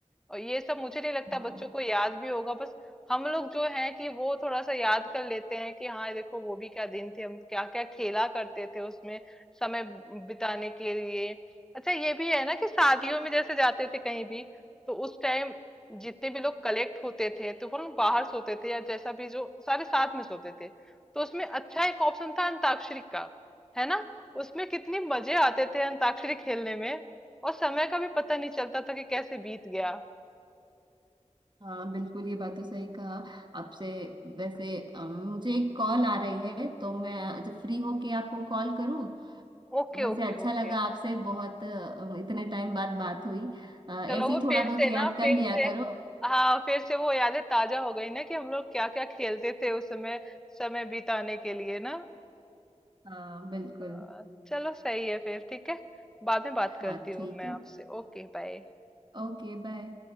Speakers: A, in the centre; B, on the right (about 40°).
A: और ये सब मुझे नहीं लगता
B: हाँ
A: बच्चों को याद भी होगा बस हम लोग जो हैं कि वो थोड़ा सा याद कर लेते हैं कि हाँ देखो वो भी क्या दिन थे हम क्या क्या खेला करते थे उसमें समय बिताने के लिए अच्छा ये भी है ना कि शादियों में जैसे जाते थे कहीं भी तो उस टाइम जितने भी लोग कलेक्ट होते थे तो वो लोग बाहर सोते थे या जैसा भी जो सारे साथ में सोते थे तो उसमें अच्छा एक ऑप्शन था अंताक्षरी का है ना उसमें कितने मजे आते थे अंताक्षरी खेलने में और समय का भी पता नहीं चलता था कि कैसे बीत गया
B: हाँ बिल्कुल ये बात तो सही कहा आपसे वैसे अम, मुझे एक कॉल आ रही है तो मैं जब फ्री हो के आपको कॉल करूँ
A: Okay
B: वैसे
A: okay
B: अच्छा
A: okay
B: लगा आपसे बहुत अ, इतने टाइम बाद बात हुई अ, ऐसे
A: चलो वो
B: ही थोड़ा
A: फिर
B: बहुत
A: से
B: याद
A: ना
B: कर
A: फिर
B: लिया
A: से
B: करो
A: हाँ फिर से वो यादें ताजा हो गई ना कि हम लोग क्या क्या खेलते थे उस समय समय बिताने के लिए ना
B: हाँ बिल्कुल
A: अ, चलो सही है फिर ठीक है बाद में बात
B: हाँ
A: करती हूँ
B: ठीक
A: मैं
B: है
A: आपसे Okay bye
B: Okay bye